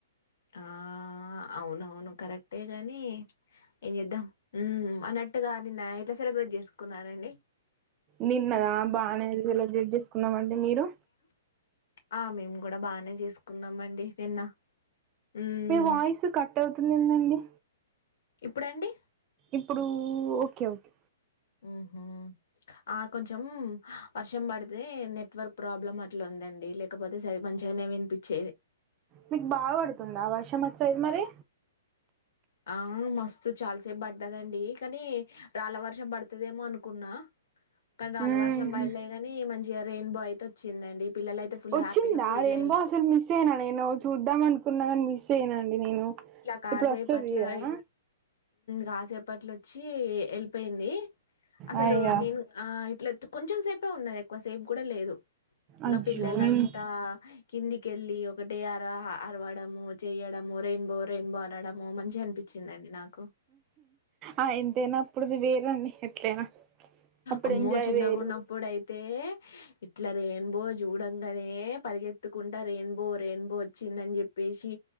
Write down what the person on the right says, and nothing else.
నిన్న దా బానేది. <unintelligible> చేసుకున్నామండి. మీరు
మీ వాయిస్ కట్ అవుతుంది. ఏందండి.
ఇప్పుడు ఓకే, ఓకే
మీకు బాగా పడుతుందా వర్షం వచ్చది మరి
ఊహు
వచ్చిందా
రెయిన్
బో అసలు మిస్ అయినా నేను చూద్దాం అనుకున్నా కాని మిస్ యనండి నేను
ఇప్పుడు వస్తది
కదా
ఆ ఇగా
అయ్యో
నేను
ఆ ఎంతైనా అప్పుడుది వేరండి ఎట్లయినా అప్పుడు
ఎంజాయ్
వేయరు